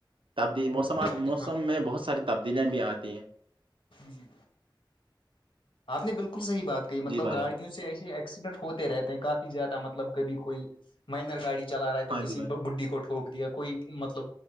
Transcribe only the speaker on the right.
تبدی
موسمات
موسم
میں بہت ساری تبدیلیا بھی آتی ہیں
جی بھائی
جان
ہاں
جی بھائی